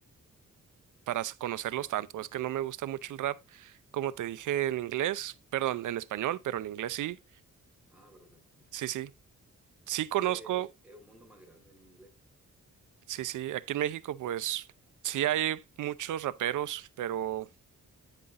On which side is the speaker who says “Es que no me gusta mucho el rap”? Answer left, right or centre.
Right